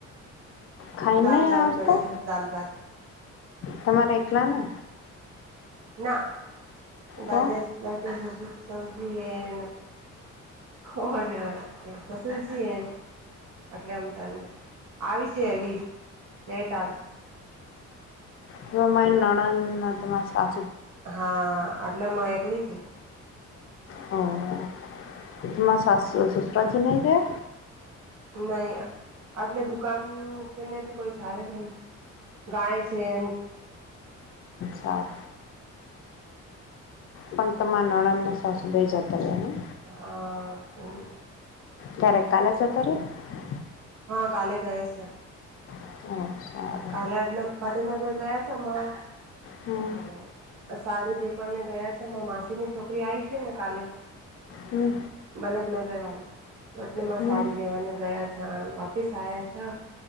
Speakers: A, on the left (about 45°); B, on the right (about 65°).
A: ખાઈને
B: દાલ
A: નહી
B: ચાવલ
A: આવતા
B: બનેલો દાલ ભાત
A: તમારે એખલા ને
B: ના, દાતેસ
A: તો
B: દાતેસ સવજી હે ને ઑર શશુર જી હે ને એટલે અમ ત ત આવીશ્યે લીસ લેટ આવીશ
A: ન મારી નણદ નેતા મારી સા
B: હા, આટલેમાં એકલી થી.
A: હમ્મ, તમા સાસું સસરાજી ની ગે
B: નહી, આટલે દુકાન કેને બી કોઈ ચ જાવે છે ને. ગાય છે ન
A: સાર પણ તમાર નણંદને સાસુ બેઈ જતા છે નહીં?
B: હા, કેમ
A: ક્યારે કાલે જતા રયા?
B: હહ કાલે ગયા છે.
A: રહ્યા ઓ સારું
B: કાલે અડનમ પાતિનગર ગયા છે માં
A: હમ
B: હલો અ સાડી દેખવાને ગયા છે મ માસીની છોકરી આઈ છે ને કાલે
A: હમ
B: બલકનગર વાલી એટલે માં
A: હમ
B: સાડી લેવાને ગયા છે અન વાપીસ આયા છ.